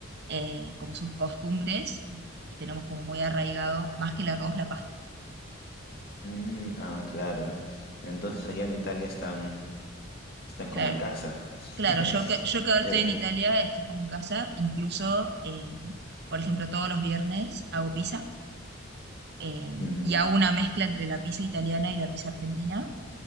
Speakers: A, on the right; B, on the left.
A: eh, como sus costumbres, y, y tenemos como muy arraigado, más que el arroz, la pasta.
B: Mm, ah, claro. Entonces allá en Italia están, están como
A: Claro,
B: en casa.
A: claro,
B: <laughs>
A: yo que, yo que ahora estoy
B: El-
A: en Italia, estoy como en casa, incluso, eh, por ejemplo, todos los viernes hago pizza. eh,
B: Mm,
A: y hago una mezcla entre la pizza italiana y la pizza argentina,